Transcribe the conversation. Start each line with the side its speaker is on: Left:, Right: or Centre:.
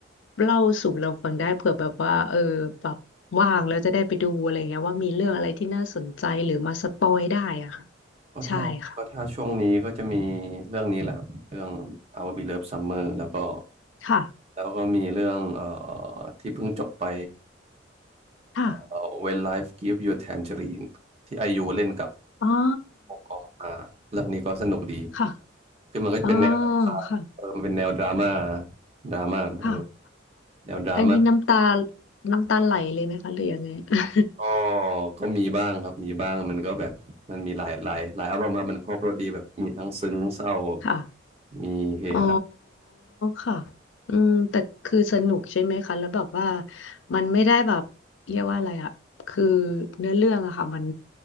Left: เล่าสู่เราฟังได้เผื่อแบบว่าเออแบบว่างแล้วจะได้ไปดูอะไรเงี้ยว่ามีเรื่องอะไรที่น่าสนใจหรือมาสปอยได้อะค่ะ
Right: ก็ถ้าก็ถ้าช่วงนี้ก็จะมี
Left: ใช่ค่ะ
Right: เรื่องนี้แหละครับเรื่อง Our Beloved Summer แล้วก็
Left: ค่ะ
Right: แล้วก็มีเรื่องเอ่อที่เพิ่งจบไป
Left: ค่ะ
Right: เอ่อ When Life Gives You Tangerine ที่ไอยูเล่นกับ
Left: อ๋อ
Right: โอกอมอาเรื่องนี้ก็สนุกดี
Left: ค่ะ
Right: คือมันก็จะเป็นแนวแบบว่าเออมันเป็นแนวดราม่า
Left: อ๋อค่ะ
Right: ดราม่าเนอะเออ
Left: ค่ะ
Right: แนวดราม่า
Left: อันนี้น้ำตาน้ำตาไหลเลยไหมคะหรือยังไง <laughs>
Right: ก็ก็มีบ้างครับมีบ้างมันก็แบบมันมีหลายหลายหลายอารมณ์ครับมันครบรสดีแบบมีทั้งซึ้งเศร้า
Left: ค่ะ
Right: มีเฮฮา
Left: อ๋อค่ะอืมแต่คือสนุกใช่ไหมคะแล้วแบบว่ามันไม่ได้แบบเรียกว่าอะไรอะคือเนื้อเรื่องอะค่ะมัน